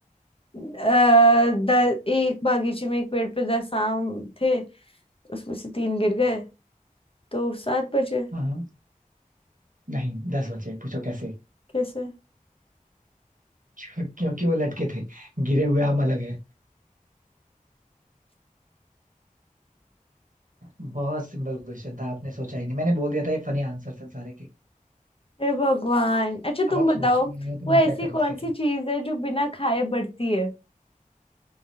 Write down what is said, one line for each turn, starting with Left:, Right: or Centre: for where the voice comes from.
Left: अ, द एक बागीचे में एक पेड़ पे दस आम थे उसमें से तीन गिर गए तो सात बचे
Right: हाँ हाँ, नहीं दस बचे पूछो कैसे
Left: कैसे
Right: <laughs> क्यों- क्योंकि वो लटके थे गिरे हुए आम अलग है बहुत सिंपल क्वेश्चन था आपने सोचा ही नहीं मैंने बोल दिया था ये फनी आंसर थे सारे के
Left: हे भगवान अच्छा
Right: अब
Left: तुम
Right: आप सोच
Left: बताओ
Right: ही नहीं रहे हो तो
Left: वो ऐसी
Right: मैं क्या करूं
Left: कौन
Right: उसके लिए
Left: सी चीज है जो बिना खाए बढ़ती है